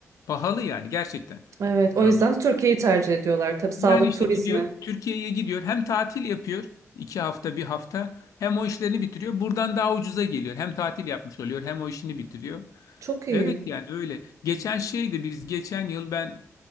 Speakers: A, on the left (about 85°); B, on the right (about 65°).
A: Pahalı yani gerçekten.
B: Evet. O
A: E,
B: yüzden Türkiye'yi tercih ediyorlar. Tabii sağlık
A: yani işte
B: turizmi.
A: gidiyor Türkiye'ye gidiyor hem tatil yapıyor iki hafta bir hafta hem o işlerini bitiriyor. Buradan daha ucuza geliyor hem tatil yapmış oluyor hem o işini bitiriyor.
B: Çok iyi.
A: Evet yani öyle. Geçen şeydi biz geçen yıl ben